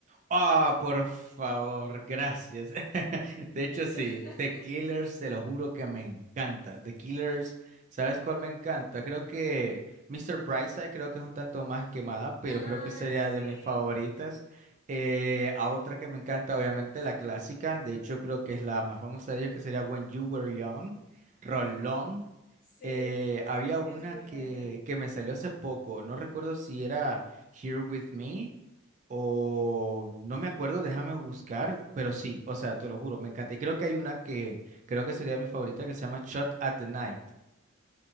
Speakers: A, on the right (about 35°); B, on the left (about 45°).
A: Ah, por favor, gracias. <laughs> De hecho, sí,
B: <laughs>
A: The Killers, te lo juro que me encanta. The Killers, ¿sabes cuál me encanta? Creo que Mr. Brightside creo que es un tanto más quemada, pero
B: Ay,
A: creo que sería
B: sí,
A: de mis favoritas. Eh, a otra que me encanta, obviamente, la clásica. De hecho, creo que es la más famosa de ellos, que sería When You Were Young, Rolón.
B: sí,
A: Eh, había una
B: es muy
A: que,
B: buena.
A: que me salió hace poco, no recuerdo si era Here With Me. O no me acuerdo, déjame buscar, pero sí, o sea, te lo juro, me encanta. Y creo que hay una que creo que sería mi favorita que se llama Shot at the Night.